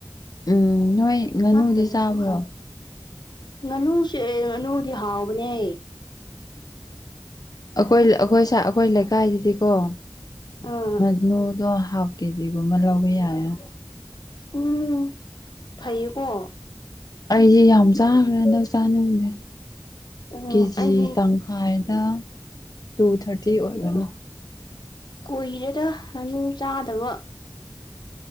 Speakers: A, on the left; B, on the left.
A: ꯎꯝ ꯅꯣꯏ ꯉꯥꯅꯨꯗꯤ
B: ꯍꯥꯞꯇꯕꯁꯨ
A: ꯆꯥꯕ꯭ꯔꯣ꯫
B: ꯍꯥꯎꯋꯦ ꯉꯥꯅꯨꯁꯦ ꯉꯥꯅꯨꯗꯤ ꯍꯥꯎꯕꯅꯦ꯫
A: ꯑꯩꯈꯣꯏ ꯑꯩꯈꯣꯏꯁꯥ ꯑꯩꯈꯣꯏ ꯂꯩꯀꯥꯏꯗꯗꯤꯀꯣ__
B: ꯑꯝ꯫
A: ꯉꯥꯅꯨ ꯗꯣ ꯍꯥꯞ ꯀꯦꯖꯤꯒꯨꯝꯕ ꯂꯧꯕ ꯌꯥꯔꯦ꯫
B: ꯎꯝ ꯐꯌꯦꯀꯣ꯫
A: ꯑꯩꯗꯤ ꯌꯥꯝ ꯆꯥꯈ꯭ꯔꯦ ꯍꯟꯗꯛ ꯆꯥꯅꯤꯡꯗꯦ
B: ꯎꯝ
A: ꯀꯦꯖꯤ
B: ꯑꯩꯗꯤ
A: ꯇꯪꯈꯥꯏ ꯀꯦꯒꯤ ꯇꯥꯡꯈꯥꯏꯗ ꯇꯨ ꯊꯥꯔꯇꯤ ꯑꯣꯏꯕꯅꯤ꯫
B: ꯀꯨꯏꯔꯦꯗ ꯉꯥꯅꯨ ꯆꯥꯗꯕ꯫